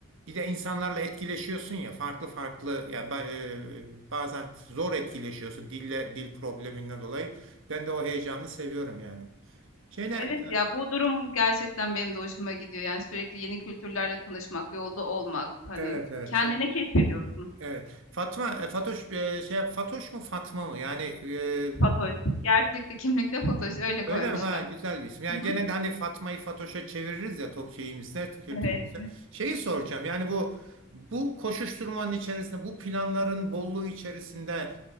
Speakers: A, on the right; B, on the left.
A: bir de insanlarla etkileşiyorsun ya farklı farklı yani ba- e, bazen zor etkileşiyorsun dille dil probleminden dolayı. Ben de o heyecanı seviyorum yani. Şeyine
B: Evet ya bu durum gerçekten benim de hoşuma gidiyor. Yani sürekli yeni kültürlerle tanışmak, yolda olmak hani
A: evet evet
B: kendini
A: çok
B: keşfediyorsun.
A: evet. Fatma e, Fatoş e, şey Fatoş mu Fatma mı? Yani e,
B: Fatoş. Gerçekte kimlikte Fatoş öyle koymuşlar.
A: Öyle mi? Ha, güzel bir isim. Yani
B: Hı hı.
A: genelde hani Fatma'yı Fatoş'a çeviririz ya top şeyimizde, kültürümüzde.
B: Evet.
A: Şeyi soracağım. Yani bu bu koşuşturmanın içerisinde, bu planların bolluğu içerisinde